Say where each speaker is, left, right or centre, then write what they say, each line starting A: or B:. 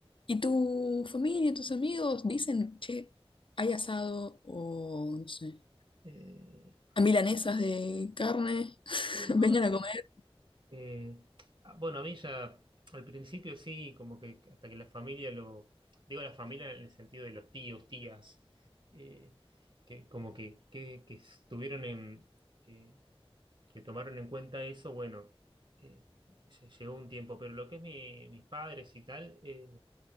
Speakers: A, on the left; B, on the right.
A: ¿Y tu familia, tus amigos dicen, che, hay asado o, no sé,
B: Eh,
A: a milanesas de carne, <laughs>
B: sí, no,
A: vengan
B: sí.
A: a comer?
B: Eh, ah, bueno, a mí ya al principio sí, como que hasta que la familia lo. Digo la familia en el sentido de los tíos, tías, eh, que como que, que, que estuvieron en. que que tomaron en cuenta eso, bueno, eh, lle- llegó un tiempo, pero lo que es mi- mis padres y tal, eh,